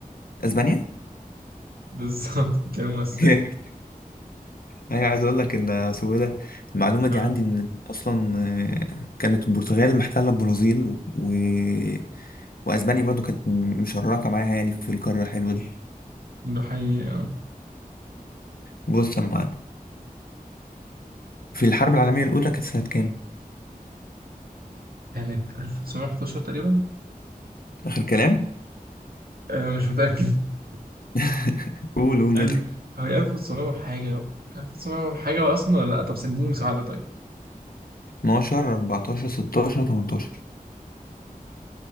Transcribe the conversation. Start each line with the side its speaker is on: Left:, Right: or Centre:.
Left: اسبانيا
Right: بالظبط <laughs> بيتكلموا اسباني
Left: جامد انا عايز اقول لك ان اسمه إيه ده المعلومه
Right: اه
Left: دي عندي ان اصلا آه، كانت البرتغال محتله البرازيل و... و- واسبانيا برضو كانت م- مشركه معاها يعني في القاره الحلوه دي
Right: ده حقيقي اه
Left: بص يا معلم في الحرب العالميه الاولى كانت سنه كام
Right: كانت 1911 تقريبا
Left: اخر كلام
Right: آه مش متأكد <laughs>
Left: <laughs> قول قول
Right: 1000
Left: اضرب
Right: هي 1900 وحاجة 1900 وحاجة اصلا ولا لا طب سنديني مساعدة طيب
Left: 12 14 16 18